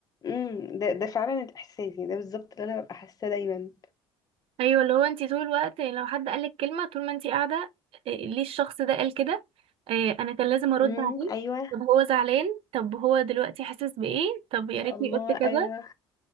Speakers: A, on the left; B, on the right.
A: امم ده ده فعلا الاحساس يعني ده بالظبط اللي انا ببقى حاساه دايما
B: ايوه اللي هو انت طول الوقت لو حد قالك كلمه طول ما انت قاعده إيه، ليه الشخص ده قال كده إيه، انا كان لازم ارد
A: امم
B: عليه
A: ايوه
B: طب هو زعلان طب هو دلوقتي حاسس بايه طب يا
A: يا
B: ريتني
A: الله
B: قلت كذا
A: ايوه